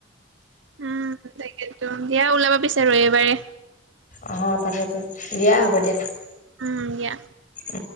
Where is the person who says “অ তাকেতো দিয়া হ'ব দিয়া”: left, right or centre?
Left